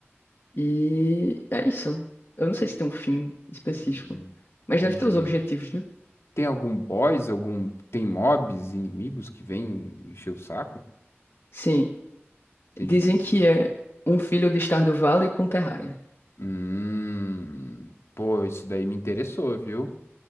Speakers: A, on the left; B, on the left.
A: E é isso. Eu não sei se tem um fim específico,
B: Hum,
A: mas deve
B: Entendi.
A: ter os objetivos, né?
B: Tem algum boss, algum, tem mobs, inimigos que vêm encher o saco?
A: Sim,
B: Entendi,
A: dizem
B: entendi.
A: que é um filho de estar do Vale com Terraria.
B: Hum, pô, isso daí me interessou, viu?